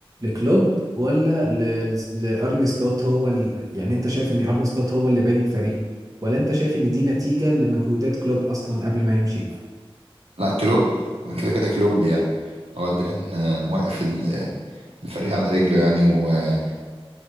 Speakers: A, on the right; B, on the right.
A: لكلوب ولا ل... لارني سلوت هو ال... يعني انت شايف ان ارني سلوت هو اللي باني الفريق ولا انت شايف ان دي نتيجة لمجهودات كلوب اصلا قبل ما يمشي
B: لا كلوب هو كده كده كلوب يعني هو اللي كان آه، موقف ال- الفريق على رجله يعني ويعني